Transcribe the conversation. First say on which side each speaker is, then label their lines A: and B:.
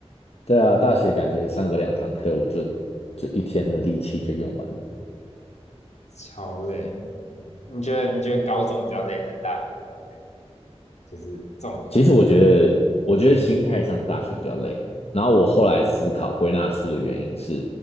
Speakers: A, on the left; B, on the left.
A: 对啊，大学感觉上个两堂课，我就就一天的力气就用完了。
B: 超累。你觉得你觉得高中比较累还是大学比较累？就是综合
A: 其实我觉得，我觉得心态上大学比较累。然后我后来思考归纳出的原因是，